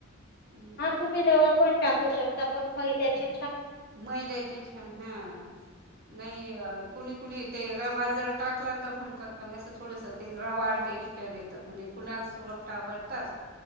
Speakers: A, on the right; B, on the left.
A: अं
B: हा तुम्ही रवा पण टाकू शकता पण मैद्याची
A: मैद्याचे छान हा नाही कुणी कुणी ते रवा जर टाकला तर म्हणतात मग असं थोडंसं ते रवा टेक्स्चर येतं म्हणजे कुणाला सगळं आवडतात